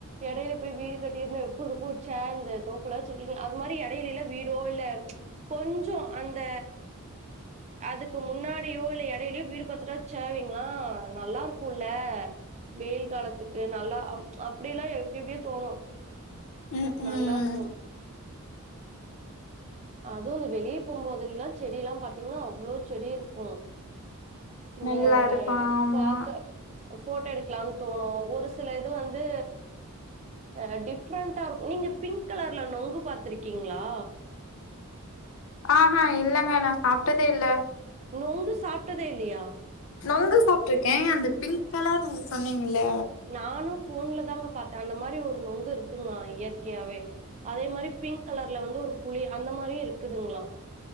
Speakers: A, on the right (about 30°); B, on the left (about 60°).
A: எடையில போய் வீடு கட்டிருந்தா எப்டி இருக்கு இந்த தோப்புலா வச்சிருக்கீங்க அது மாரி எடைலல்ல வீடோ இல்ல கொஞ்சோ அந்த அதுக்கு முன்னாடியோ இல்ல எடைலயோ வீடு பாத்துட்டா இங்களா நல்லா இருக்குல்ல வெயில் காலத்துக் கு நல்லா அப் அப்டில்லா எப்டி எப்டியோ தோணு
B: ம் ம்
A: நல்லா இருக்கு அதுவு இந்த வெளிய போம் போதெல்லா செடி எல்லா பாத்தீங்கன்னா அவ்ளோ செடி இருக்கு இந்த
B: நல்லா இருக்கு ஆமா
A: பாக்க ஃபோட்டோ எடுக்கலானு தோணு ஒரு சில இது வந்து ஆ டிஃப்ரெண்டா இருக்கு நீங்க பிங்க் கலர்ல நொங்கு பாத்துருக்கீங்களா
B: ஆ ஹா இல்லங்க நா சாப்ட்டதே இல்ல
A: நொங்கு சாப்ட்டதே இல்லயா
B: நொங்கு சாப்ட்டுருக்கே அந்த பிங்க் கலர் நீங்க சொன்னீங்கல்ல
A: நானு ஃபோன்ல தாங்க பாத்தே அந்த மாரி ஒரு நொங்கு இருக்குங்க இயற்கையாவே அதே மாதிரி பிங்க் கலர்ல வந்து ஒரு புளி அந்த மாரியு இருக்குதுங்களா